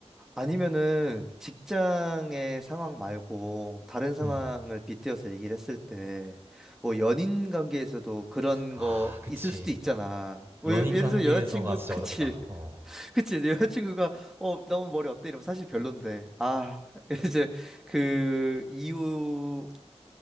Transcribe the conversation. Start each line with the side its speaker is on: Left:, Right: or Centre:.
Centre: 아니면은 직장의 상황 말고 다른 상황을
Right: 음.
Centre: 빗대어서 얘기를 했을 때 뭐 연인 관계에서도 그런
Right: 아,
Centre: 거
Right: 그치.
Centre: 있을 수도 있잖아. 뭐
Right: 연인
Centre: 예- 예를
Right: 관계에서가
Centre: 들어 여자친구
Right: 진짜
Centre: 그치
Right: 어렵다.
Centre: <laughs>
Right: 어.
Centre: 그치 여자친구가 어 너무 머리 어때 이러면 사실 별론데 아 <laughs> 이제 그 이후에